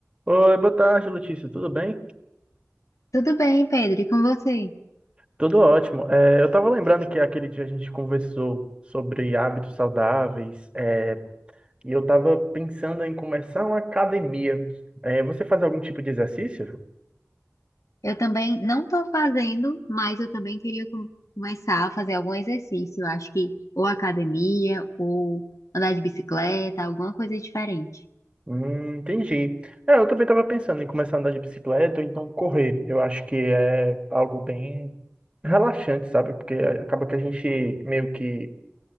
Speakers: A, on the right; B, on the left.
A: Oi, boa tarde, Letícia. Tudo bem?
B: Tudo bem, Pedro, e com você?
A: Tudo ótimo. É, eu estava lembrando que aquele dia a gente conversou sobre hábitos saudáveis, é, e eu estava pensando em começar uma academia. É, você faz algum tipo de exercício?
B: Eu também não estou fazendo, mas eu também queria com- começar a fazer algum exercício. Eu Acho que ou academia, ou andar de bicicleta, alguma coisa diferente.
A: Hum, entendi. É, eu também estava pensando em começar a andar de bicicleta ou então correr. Eu acho que é algo bem relaxante, sabe? Porque acaba que a gente meio que